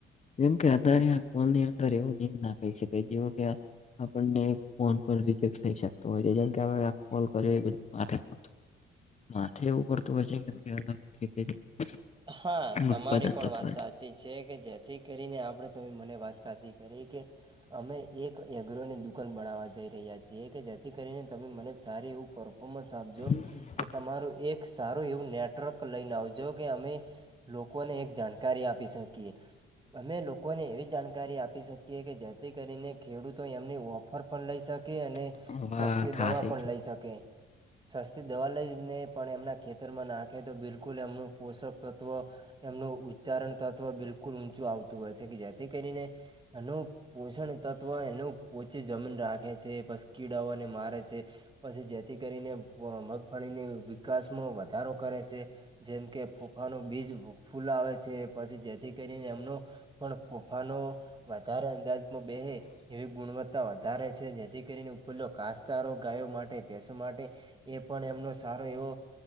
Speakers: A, on the left; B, on the right.
A: જેમ કે અતારે આ કોલ ની અંદર એવું નિંદ નાખાઈ શકાય જેવ કે આપણને ફોન પણ રેક્ટ થઈ શકતો હોય છે જેમ કે આપ કોલ કરી બધ માથે એવું પડતું હોય છે કે કે અલગ
B: હા તમારી
A: ઉત્પાદન
B: પણ
A: થતું
B: વાત સાચી છે કે જે જે કરીને આપણે તમે મને વાત સાચી કરી કે અમે એક એગ્રોની દુકાન બનાવવા જઈ રહ્યા છીએ કે જેથી કરીને તમે મને સાર એવું મોહમદ સાહેબ જો
A: <inaudible>
B: તમારું એક સારું એવું નેટવર્ક લઈને આવજો. કે અમે લોકોને એક જાણકારી આપી શકીએ. અમે લોકોને એવી જાણકારી આપી શકીએ કે જેથી કરીને ખેડૂતો એમની ઓફર પણ લઈ શકે અને
A: નથી વાત
B: સસ્તી દવા
A: હાસી
B: પણ લઈ શકે. સસ્તી દવા લઈને પણ એમના ખેતરમાં નાખે તો બિલકુલ એમનું પોષક તત્વ એમનું ઉચ્ચારણ તત્વ બિલકુલ ઊંચું આવતું હોય છે કે જેથી કરીને હલો પોષણ તત્વ એને પોચી જમીન રાખે છે પસ કીડાઓને મારે છે. પછી જેથી કરીને મગફળીની વિકાસમાં વધારો કરે છે જેમ કે ફુફાનું બીજ ફૂલાવે છે પછી જેથી કરીને એમનો પણ ફુફાનો વધારે અંદાજ બે એવી ગુણવત્તા વધારે છે જેથી કરીને કાસચારો ગાયો માટે બેસવા માટે એ પણ એમનો સારો એવો